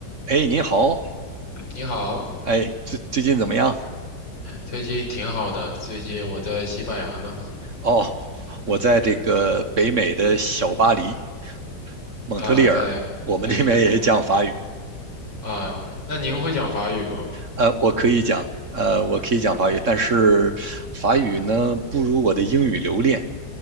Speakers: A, on the right; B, on the left.
A: 哎，你好，
B: 你好，
A: 哎，最最近怎么样？
B: 最近挺好的。最近我在西班牙呢，
A: 哦，我在这个北美的小巴黎，蒙特利尔，
B: 啊，在，
A: 我们这边也讲法语。
B: 对，在蒙啊。那您会讲法语吗？
A: 呃，我可以讲，呃，我可以讲法语，但是法语呢不如我的英语流利。